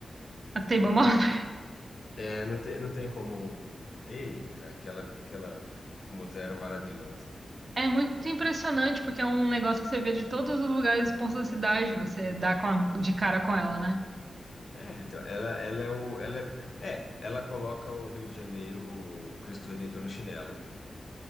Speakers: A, on the right; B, on the left.
A: a Table
B: Não
A: Mountain.
B: tem, é, não tem, não tem como. Eita, aquela, aquela montanha era maravilhosa.
A: É muito impressionante, porque é um negócio que você vê de todos os lugares, os pontos da cidade, você dá com a- de cara com ela, né?
B: É, então, ela, ela é o. Ela é, é, ela coloca o Rio de Janeiro, o Cristo Redentor no chinelo.